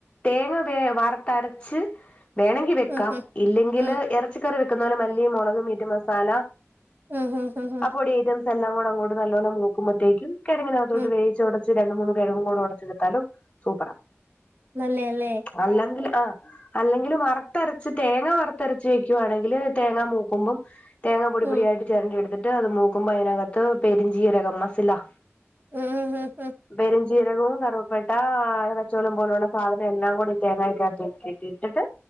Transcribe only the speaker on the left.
തേങ്ങ വേ വർത്തരച്ച് വേണെങ്കി വെക്കാം
ഇല്ലെങ്കില്
ഇറച്ചിക്കറി വെക്കുന്ന പോലെ മല്ലിം മുളകും മീറ്റ് മസാല
ആ പൊടി ഐറ്റംസ് എല്ലിം കൂടെ അങ്ങോട്ടേക്ക് നല്ലോണം മൂക്കുമ്പോത്തേക്കും കിഴങ്ങിനകത്തോട്ട്
വേവിച്ച് ഒടച്ച് രണ്ട് മൂന്നും കൂടെ ഒടച്ചെടുത്താലും സൂപ്പറ
അല്ലെങ്കിൽ ആഹ് അല്ലെങ്കിലും വറ്ത്തരച്ച് തേങ്ങ വറ്ത്തരച്ച് വെക്കുവാണെങ്കില് തേങ്ങ മൂക്കുമ്പം തേങ്ങാ പൊടി
പൊടിയായിട്ട് ചിരണ്ടി എടുത്തിട്ട് അത് മൂക്കുമ്പോ അതിനകത്ത് പെരിഞ്ചീരകം മസ് ല
പെരഞ്ചീരകവും, കറുപ്പേട്ട, അറച്ചോലം, പോലുള്ള സാധനം എല്ലാം കൂടി തേങ്ങക്കകത്ത് ഇടിട്ട്. ഇിട്ടിട്ട്